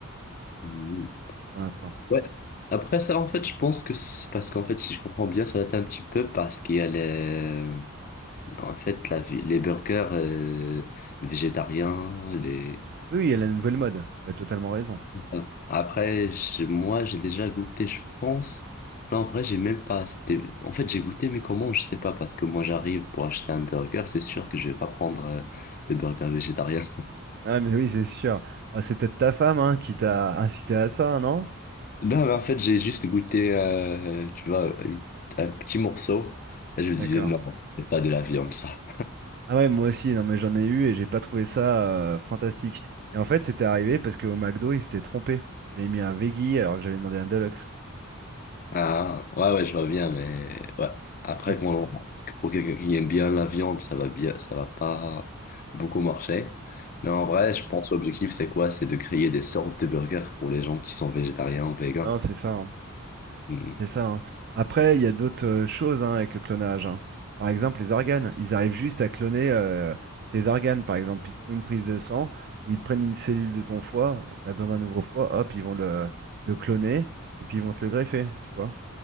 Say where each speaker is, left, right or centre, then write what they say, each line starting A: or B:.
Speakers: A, on the left; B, on the right.
A: Mhm.
B: pour l'instant.
A: Ouais. Après ça, en fait, je pense que c'est parce qu'en fait, si je comprends bien, ça doit être un petit peu parce qu'il y a les, en fait, la, vi- les burgers euh, végétariens, les,
B: Oui, oui, il y a la nouvelle mode, tu as totalement raison.
A: Bon. Après, j'ai- moi, j'ai déjà goûté, je pense. Là, en vrai, j'ai même pas. C'était... En fait, j'ai goûté, mais comment, je sais pas, parce que moi, j'arrive pour acheter un burger, c'est sûr que je vais pas prendre euh, le burger végétarien. <laughs>
B: Ah, mais oui, c'est sûr. Ah, c'est peut-être ta femme hein, qui t'a incité à ça, non?
A: Non, mais en fait, j'ai juste goûté, euh, tu vois, une- un petit morceau, et je me disais,
B: D'accord.
A: non, c'est pas de la viande, ça.
B: Ah ouais, moi aussi, non mais j'en ai eu et j'ai pas trouvé ça euh, fantastique. Et en fait, c'était arrivé parce qu'au McDo, il s'était trompé. Il m'avait mis un veggie alors que j'avais demandé un deluxe.
A: Ah, ouais, ouais, je vois bien, mais ouais. Après,
B: J'ai...
A: qu'on- pour quelqu'un qui aime bien la viande, ça va bien, ça va pas beaucoup marcher. Mais en vrai, je pense que l'objectif, c'est quoi? C'est de créer des sortes de burgers pour les gens qui sont végétariens ou végans.
B: Non, c'est ça. hein.
A: Hmm.
B: C'est ça. hein. Après, il y a d'autres euh, choses hein, avec le clonage. hein. Par exemple, les organes. Ils arrivent juste à cloner euh, tes organes. Par exemple, ils te font une prise de sang ou ils te prennent une cellule de ton foie. Tu as besoin d'un nouveau foie. Hop, ils vont le, le cloner et puis ils vont te le greffer. Tu vois?